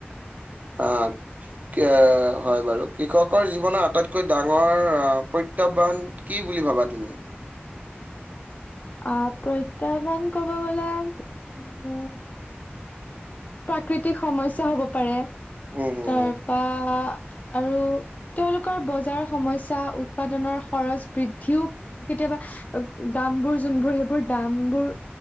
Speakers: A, on the right (about 40°); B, on the left (about 40°).
A: অ' এ' হয় বাৰু কৃষকৰ জীৱনৰ আটাইতকৈ ডাঙৰ আহ প্ৰত্যাহ্বান কি? বুলি ভাবা তুমি?
B: আহ প্ৰত্যাহ্বান কব গলে উম, প্ৰাকৃতিক সমস্যাৰ হ'ব পাৰে।
A: উম হম
B: তাৰ পৰা আৰু তেওঁলোকৰ বজাৰৰ সমস্যা, উৎপাদনৰ খৰচ বৃদ্ধিও কেতিয়াবা বোৰ যোনবোৰ সেইবোৰ দামবোৰ